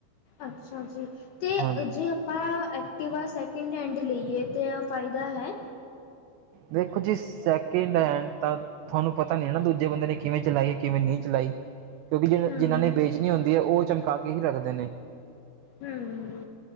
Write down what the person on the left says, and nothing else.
ਅੱਛਾ ਜੀ। ਤੇ
ਜੇ ਆਪਾਂ ਐਕਟੀਿਵਾ ਸੈਕਿੰਡ ਹੈਂਡ ਲਈਏ ਤਾਂ ਫਾਇਦਾ ਹੈ।
ਹਮ
ਹੂ